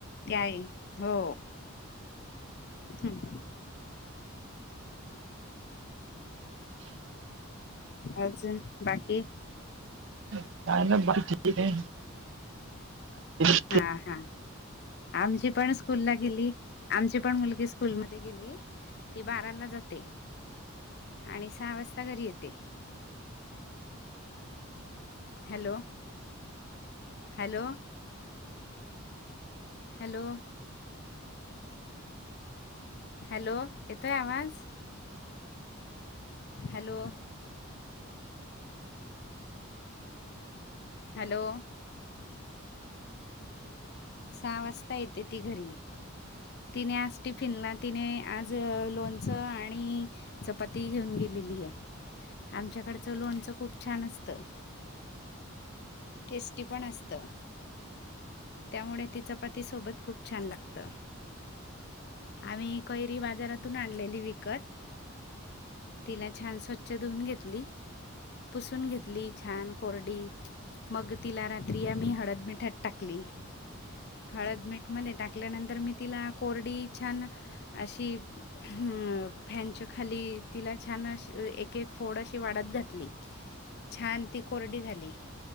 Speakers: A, on the left; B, on the right.
A: काय हो हम्म. अजून बाकी?
B: काय नाही बाळ ठीक आहे, <unintelligible>
A: हा हा. आमची पण स्कूलला गेली, आमची पण मुलगी स्कूलमध्ये गेली. ती बाराला जाते आणि सहा वाजता घरी येते. Hello hello hello hello! येतोय आवाज? हॅलो! हॅलो! सहा वाजता येते ती घरी. तिने आज टिफिनला, तिने आज लोणचं आणि चपाती घेऊन गेलेली ये, आमच्याकडचं लोणचं खूप छान असतं. टेस्टी पण असतं. त्यामुळे ती चपाती सोबत खूप छान लागतं. आम्ही कैरी बाजारातून आणलेली विकत. तिला छान स्वच्छ धुवून घेतली. पुसून घेतली, छान कोरडी. मग तिला रात्री आम्ही हळद, मिठात टाकली. हळद, मीठ मध्ये टाकल्यानंतर मी तिला कोरडी छान अशी हम्म, फॅनच्या खाली तिला छान एक, एक फोड अशी वाळत घातली. छान ती कोरडी झाली.